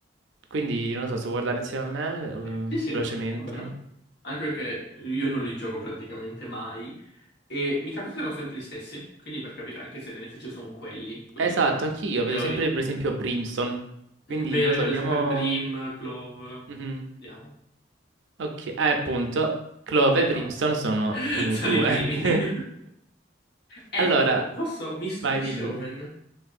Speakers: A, on the right; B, on the left.
A: Quindi non lo so, se vuoi guardare insieme a me,
B: Sì,
A: eh,
B: sì,
A: velocemente.
B: va bene. Anche perché io non li gioco praticamente mai e mi capitano sempre gli stessi, quindi per capire anche se NFC sono quelli, quelli
A: Esatto, anch'io
B: migliori.
A: vedo sempre per esempio Brimstone. Quindi
B: Mm, Vero,
A: non lo
B: io
A: so,
B: vedo
A: vediamo...
B: sempre Brim, Clove,
A: Mhm.
B: vediamo.
A: Ok, eh, appunto, Clove
B: Eh,
A: e
B: Esatto.
A: Brimstone sono
B: <laughs>
A: primi
B: Sono
A: due.
B: i primi.
A: <laughs>
B: <laughs> Ecco,
A: Allora,
B: posso... Mi stupisce
A: vai, dimmi.
B: Omen,